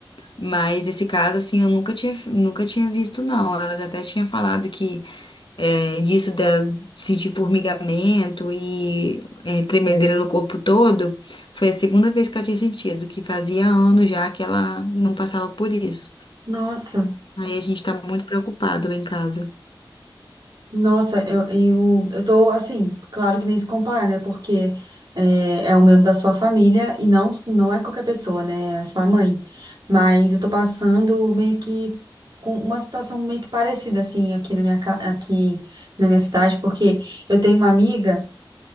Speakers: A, on the left; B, on the right.
A: Mas nesse caso assim, eu nunca tinha nunca tinha visto não. Ela já até tinha falado que é, disso dela sentir formigamento e é, tremedeira no corpo todo, foi a segunda vez que ela tinha sentido, que fazia anos já que ela não passava por isso.
B: Nossa.
A: Aí a gente tá muito preocupado lá em casa.
B: Nossa, eu, eu, eu tô assim, claro que nem se compara, né? Porque é, é um membro da sua família e não, não é qualquer pessoa, né? É a sua mãe. Mas eu tô passando meio que com uma situação meio que parecida, assim, aqui na minha, ca- aqui na minha cidade, porque eu tenho uma amiga